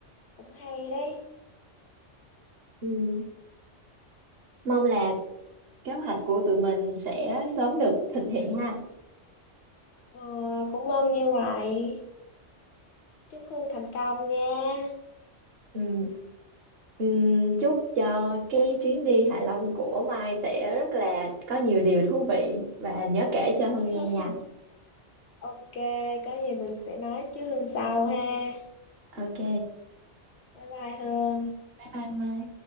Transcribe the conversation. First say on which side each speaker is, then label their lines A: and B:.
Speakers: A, on the left; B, on the right.
A: cũng hay đấy.
B: ừ. mong là kế hoạch của tụi mình sẽ sớm được thực hiện ha
A: Ừ, cũng mong như vậy. Chúc Hương thành công nha.
B: ừ. Ừ. chúc cho cái chuyến đi Hạ Long của Mai sẽ rất là có nhiều điều thú vị và nhớ kể cho Hương
A: <laughs>
B: nghe nha
A: Ok, có gì mình sẽ nói chứ Hương sau ha.
B: ok
A: Bye bye Hương.
B: bye bye Mai